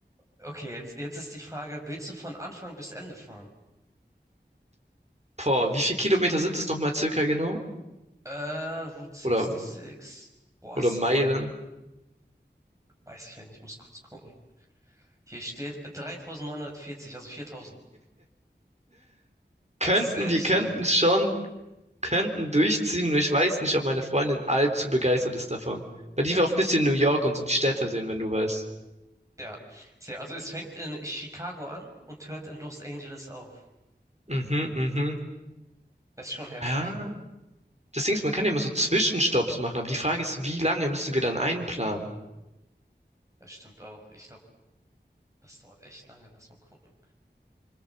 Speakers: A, on the right; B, on the right.
A: Okay, jetzt, jetzt ist die Frage, willst du von Anfang bis Ende fahren?
B: Boah, wie viele Kilometer sind es nochmal circa genau?
A: Äh, Route 66.
B: Oder
A: Boah,
B: oder
A: das
B: Meilen.
A: weiß ich ja nicht, ich muss kurz gucken. Hier steht äh, 3940, also 4000. Es
B: Könnten,
A: ist echt
B: wir könnten
A: weit.
B: es schon, könnten durchziehen, nur ich weiß nicht, ob meine Freundin allzu begeistert ist davon. Weil die will auch ein bisschen New York und so die Städte sehen, wenn du weißt.
A: Ja, sehr. Also es fängt in Chicago an und hört in Los Angeles auf.
B: Mhm, mhm.
A: Das ist schon heftig.
B: Ja, das Ding ist, man kann ja immer so Zwischenstopps machen, aber die Frage ist, wie lange müssen wir dann einplanen?
A: Das stimmt auch. Ich glaube, das dauert echt lange. Lass mal gucken.